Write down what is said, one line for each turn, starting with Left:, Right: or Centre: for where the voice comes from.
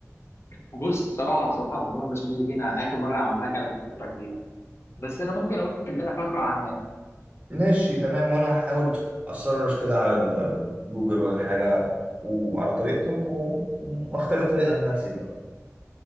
Left: بص بصراحة بصراحة المكرونة البشاميل دي انا اخر مرة عملتها كانت من فترة كبيرة بس انا ممكن اقول لك اللي انا فاكره عنها
Right: ماشي تمام وانا هحاول اسرش كده على ال- جوجل ولا حاجه وعلى طريقتك و- واخترع طريقه لنفسي بقى